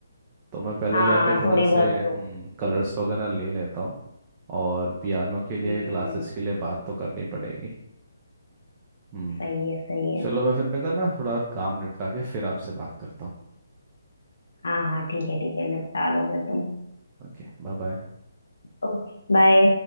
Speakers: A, on the right; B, on the left.
A: तो मैं पहले
B: हाँ
A: जाके थोड़ा
B: थोड़ी
A: से
B: बहुत तो
A: कलर्स वगैरह ले लेता हूँ और पियानो के लिए
B: हम्म
A: क्लासेस के लिए बात तो करनी पड़ेगी हम्म
B: सही है सही है
A: चलो मैं फिर मैं करना थोड़ा काम निपटा के फिर आपसे बात करता हूँ
B: हाँ हाँ ठीक है ठीक है निपटा लो फिर तुम
A: Okay bye bye
B: Okay bye